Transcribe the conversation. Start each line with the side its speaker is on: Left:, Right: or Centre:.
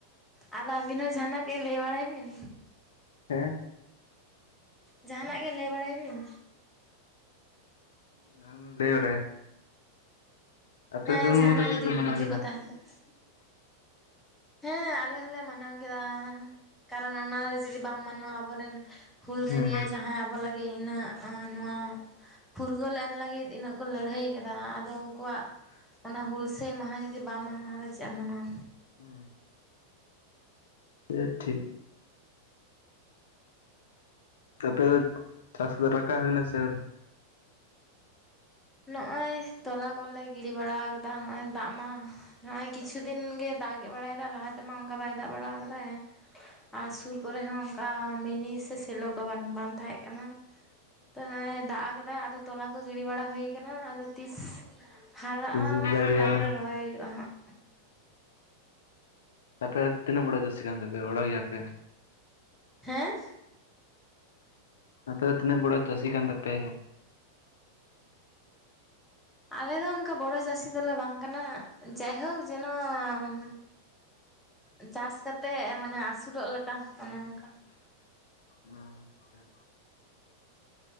Centre: ᱟᱫᱚ ᱟᱹᱵᱤᱱ ᱦᱚᱸ ᱡᱟᱦᱟᱸ ᱱᱟᱜ ᱜᱮ ᱞᱟᱹᱭ ᱵᱟᱲᱟᱭ ᱵᱤᱱ?
Left: ᱦᱮᱸ
Centre: ᱡᱟᱸᱦᱟᱱᱟᱜ ᱜᱮ ᱞᱟᱹᱭ ᱵᱟᱲᱟᱭ ᱵᱤᱱ?
Left: ᱱᱚᱣᱟᱢ ᱞᱟᱹᱭ ᱵᱟᱲᱟᱭᱟ᱾ ᱟᱯᱮ
Centre: ᱦᱮᱸ
Left: ᱫᱚ ᱩᱱ
Centre: ᱡᱟᱸᱦᱟᱱᱟᱜ
Left: ᱢᱚᱛᱚ ᱪᱮᱫ
Centre: ᱡᱩᱫᱤ
Left: ᱢᱟᱱᱟᱣ
Centre: ᱠᱩᱠᱞᱤ
Left: ᱠᱮᱫᱟ
Centre: ᱠᱚ ᱛᱟᱸᱦᱮᱱ ᱛᱟ ᱦᱮᱸ ᱟᱞᱮ ᱦᱚᱸᱞᱮ ᱢᱟᱱᱟᱣ ᱜᱮᱭᱟ ᱠᱟᱨᱚᱱ ᱚᱱᱟ ᱨᱮ ᱡᱩᱫᱤ ᱵᱟᱢ ᱢᱟᱱᱟᱣᱟ ᱟᱵᱚ ᱨᱮᱱ ᱦᱩᱞᱜᱟᱹᱨᱭᱟᱹ
Left: ᱦᱩᱸ
Centre: ᱡᱟᱦᱟᱸ ᱟᱵᱚ ᱞᱟᱜᱤᱫ ᱤᱱᱟᱹᱜ ᱱᱚᱣᱟ ᱯᱷᱩᱨᱜᱟᱹᱞ ᱮᱢ ᱞᱟᱜᱤᱫ ᱤᱱᱟᱹᱜ ᱠᱚ ᱞᱟᱹᱲᱦᱟᱹᱭ ᱠᱟᱫᱟ ᱟᱫᱚ ᱩᱱᱠᱩ ᱣᱟᱜ᱾ ᱚᱱᱟ ᱦᱩᱞᱥᱟᱹᱭ ᱢᱟᱦᱟᱸ ᱡᱩᱫᱤ ᱵᱟᱢ ᱢᱟᱱᱟᱣᱟ ᱟᱫᱚ ᱪᱮᱜ-ᱮᱢ ᱢᱟᱱᱟᱣᱟ᱾
Left: ᱦᱩᱸ᱾ ᱥᱮ ᱴᱷᱤᱠ ᱛᱚ ᱟᱯᱮ ᱫᱚ ᱪᱟᱥ ᱠᱚᱫᱚ ᱨᱟᱠᱟᱵ ᱦᱩᱭᱱᱟ ᱥᱮ ᱟᱹᱣᱨᱤ?
Centre: ᱱᱚᱜ-ᱚᱸᱭ ᱛᱚᱞᱟ ᱠᱚᱞᱮ ᱜᱤᱰᱤ ᱵᱟᱲᱟ ᱟᱠᱟᱫᱟ ᱦᱚᱸᱜ-ᱚᱭ ᱫᱟᱜ ᱢᱟᱼᱼ ᱱᱚᱜ-ᱚᱭ ᱠᱤᱪᱷᱩ ᱫᱤᱱ ᱜᱮ ᱫᱟᱜ ᱜᱮᱜ ᱵᱟᱲᱟᱭ ᱫᱟ ᱞᱟᱦᱟ ᱛᱮᱢᱟ ᱚᱱᱠᱟ ᱵᱟᱭ ᱫᱟᱜ ᱵᱟᱲᱟ ᱠᱟᱫᱟᱭ᱾ ᱟᱨ ᱥᱩᱨ ᱠᱚᱨᱮ ᱦᱚᱸ ᱚᱝᱠᱟ ᱢᱤᱱᱤ ᱥᱮ ᱥᱮᱞᱚ ᱠᱚ ᱵᱟᱱ ᱵᱟᱝ ᱛᱟᱦᱮᱸᱜ ᱠᱟᱱᱟ᱾ ᱛᱚ ᱱᱚᱜ-ᱚᱭ ᱫᱟᱜ ᱟᱠᱟᱫᱟ ᱟᱫᱚ ᱛᱚᱞᱟ ᱠᱚ ᱜᱤᱲᱤ ᱵᱟᱲᱟ ᱦᱩᱭᱼᱼ ᱠᱟᱱᱟ ᱟᱫᱚ ᱛᱤᱥ ᱦᱟᱨᱟᱜ-ᱟ
Left: ᱛᱤᱥᱮ ᱡᱟᱹᱲᱤᱭᱟ
Centre: ᱛᱟᱯᱚᱨᱮ
Left: ᱵᱟᱝ
Centre: ᱨᱚᱦᱚᱭ ᱦᱩᱭᱩᱜ-ᱟ ᱦᱟᱸᱜ᱾
Left: ᱟᱯᱮ ᱫᱚ ᱛᱤᱱᱟᱹᱜ ᱵᱚᱲᱚ ᱪᱟᱹᱥᱤ ᱠᱟᱱ ᱛᱮ ᱯᱮ ᱵᱚᱲᱚ ᱜᱮᱭᱟ ᱯᱮ?
Centre: ᱦᱮᱸ
Left: ᱟᱯᱮ ᱫᱚ ᱛᱤᱱᱟᱹᱜ ᱵᱚᱲᱚ ᱪᱟᱹᱥᱤ ᱠᱟᱱ ᱛᱮᱯᱮ?
Centre: ᱟᱞᱮ ᱫᱚ ᱚᱱᱠᱟ ᱵᱚᱲᱚ ᱪᱟᱥᱤ ᱫᱚᱞᱮ ᱵᱟᱝ ᱠᱟᱱᱟ ᱡᱟᱭᱦᱳᱠ ᱡᱮᱱᱚᱢᱼᱼ ᱪᱟᱥ ᱠᱟᱛᱮᱜ ᱢᱟᱱᱮ ᱟᱥᱩᱞᱚᱜ ᱞᱮᱠᱟ ᱚᱱᱮ ᱚᱝᱠᱟ᱾
Left: ᱚ, ᱟᱪᱪᱷᱟ᱾